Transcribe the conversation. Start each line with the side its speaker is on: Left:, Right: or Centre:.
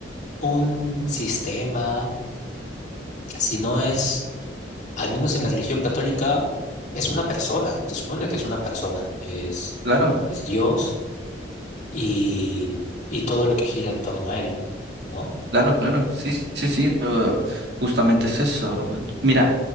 Left: un sistema, sino es, al menos en la religión católica, es una persona. Se supone que es una persona, es,
Right: Claro,
Left: es Dios y, y todo lo que gira en torno a él, ¿no?
Right: claro, claro. Sí, sí, sí. eh, Justamente es eso. Mira,